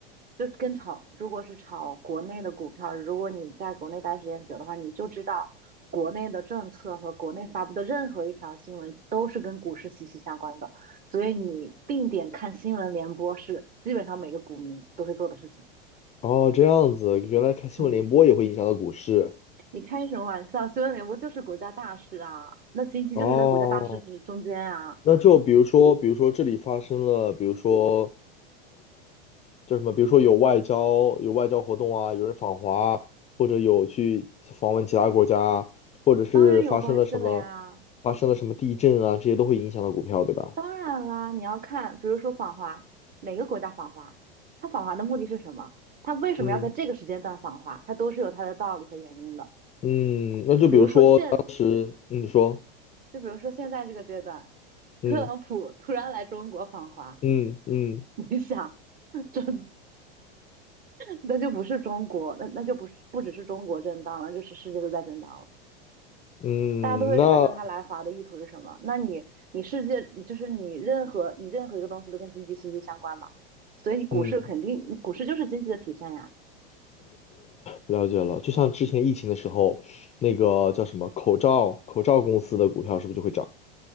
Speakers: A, on the right (about 30°); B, on the left (about 25°).
A: 就跟炒，如果是炒国内的股票，如果你在国内待时间久的话，你就知道国内的政策和国内发布的任何一条新闻都是跟股市息息相关的，所以你定点看新闻联播是基本上每个股民都会做的事情。
B: 哦，这样子，原来看新闻联播也会影响到股市。
A: 嗯，你开什么玩笑？新闻联播就是国家大事啊，那经济就是在国家大事之中间啊，
B: 哦，那就比如说，比如说这里发生了，比如说叫什么，比如说有外交有外交活动啊，有人访华啊或者有去访问其他国家啊或者是发生了什么
A: 当然有关系了呀。
B: 发生了什么地震啊，这些都会影响到股票，对吧？
A: 当然啦，你要看，比如说访华，哪个国家访华，它访华的目的是什么？它为什么要在这个时间段访华？
B: 嗯
A: 它都是有它的道理和原因的。
B: 嗯，那就比如说当时嗯你说
A: 比如说现，就比如说现在这个阶段，
B: 嗯。
A: 特朗普突然来中国访华，
B: 嗯嗯
A: 你想，<laughs> 这那就不是中国，那那就不是不只是中国震荡了，就是世界都在震荡了。
B: 嗯，
A: 大家都会揣测他来华的意图是什么。
B: 那
A: 那你你世界就是你任何你任何一个东西都跟经济息息相关嘛，所以股市肯定股市就是经济的体现呀。
B: 嗯，了解了。就像之前疫情的时候，那个叫什么口罩口罩公司的股票是不是就会涨？